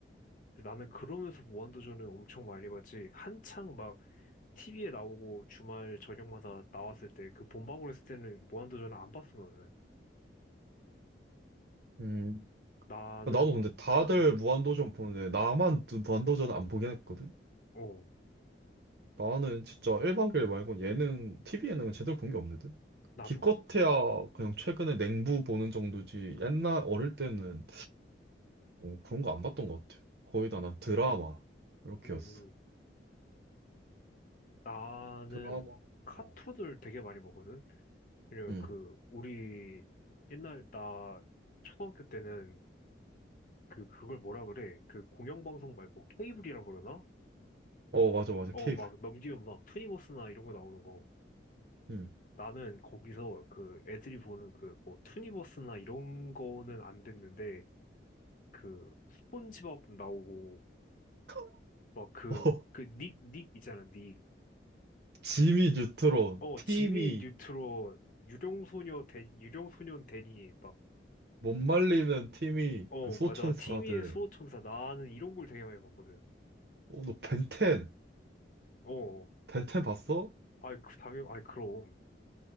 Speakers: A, on the left; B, on the right.
A: 근데 나는 그러면서 무한도전을 엄청 많이 봤지. 한창 막 TV에 나오고 주말 저녁마다 나왔을 때 그 본방울 했을 때는 무한도전을 안 봤어 나는.
B: 응.
A: 나는
B: 나도 근데 다들
A: 어,
B: 무한도전 보는데 나만 무한도전 안 보긴 했거든?
A: 어,
B: 나는 진짜 1박 2일 말고 예능, TV 예능은 제대로 본 게 없거든?
A: 나도.
B: 기껏해야 그냥 최근에 냉부 보는 정도지 옛날 어릴 때는 어, 그런 거 안 봤던 것 같아. 거의 다 난 드라마 이렇게였어.
A: 음, 나는
B: 드라마.
A: 카툰을
B: 어.
A: 되게 많이 보거든. 왜냐면
B: 응.
A: 그 우리 옛날 나 초등학교 때는 그 그걸 뭐라 그래? 그 공영방송 말고 케이블이라 그러나?
B: 어, 맞아, 맞아.
A: 어,
B: 케이블.
A: 막 넘기면 막 투니버스나 이런 거 나오는 거.
B: 응.
A: 나는 거기서 그 애들이 보는 그 뭐 투니버스나 이런 거는 안 됐는데 그 스폰지밥 나오고
B: <laughs>
A: 막 그
B: 어,
A: 그 닉 닉 있잖아 닉.
B: 지미 뉴트론,
A: 어
B: 팀이,
A: 지미 뉴트론 유령소녀 대 유령소년 대니
B: 못 말리는 팀이,
A: 막어
B: 그 소천사들.
A: 맞아 티미의 수호천사 나는 이런 걸 되게 많이 봤거든.
B: 어, 너 벤텐,
A: 어 어.
B: 벤텐 봤어?
A: 아이 그 당연 아이 그럼